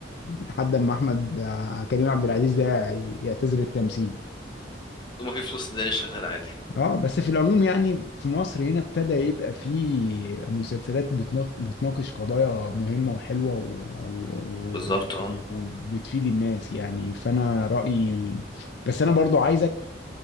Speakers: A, on the left; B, on the left.
A: لحد اما احمد آه، كريم عبد العزيز ده يعتزل التمثيل
B: طول ما في فلوس الدنيا شغاله عادي
A: اه بس في العموم يعني في مصر هنا ابتدى يبقى فيه مسلسلات بتنا- بتناقش قضايا مهمة وحلوة و... و...
B: بالظبط اه
A: و... وبتفيد الناس يعني فأنا رأيي بس أنا برضو عايزك